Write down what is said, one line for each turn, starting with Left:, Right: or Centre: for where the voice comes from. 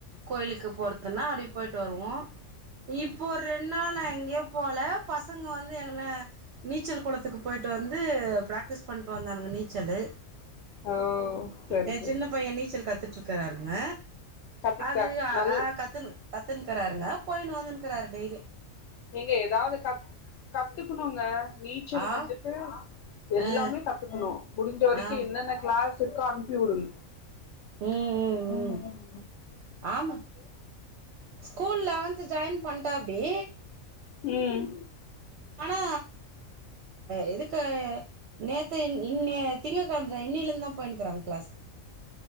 Right: கோயிலுக்கு போறதுன்னா அப்படிே போயிட்டு வருவோம் இப்போ ஒரு ரெண்டு நாள் நான் எங்கேயும் போல பச பசங்க வந்து எங்க நீச்சல் குளத்து த்துக்கு போயிட்டு வந்து பிராக்டிஸ் பண்ணிட்டு வந்தானுங்க நீச் ச்சலு
Left: நீச்சலு ஓ சரி
Right: என்
Left: சரி
Right: சின்ன
Left: சரி
Right: பையன் நீச்சல் கத்துட்டு இருக்கிறாருங்க
Left: கத்துக்கிட்டேன்
Right: அது
Left: நல்
Right: கத்து கத்துன்னுக்கிறாருங்க போயினு வந்துன்ருக்காரு டெய்லியு
Left: நீங்க ஏதாவது கத் கத்துக்கணுங்க நீச்சல்
Right: ஆ
Left: வந்துட்டு எல்லாமே
Right: ஆ
Left: கத்துக்கணும் முடிஞ்ச வரைக்கும்
Right: ஆம்
Left: என்னென்ன கிளாஸ் இருக்கோ அனுப்பி வுடுங்க
Right: ம் ம்
Left: உம்
Right: ம்
Left: உம் உம்
Right: ஆமா ஸ்கூல் லெவன்த் ஜாயின் பண்டாப்புடி
Left: உம்
Right: ஆனா இதுக்கு நேத்து இன்ன திங்க கிழம்ப இன்னில இருந்து தான் போயினுக்கிறா கிளாஸ்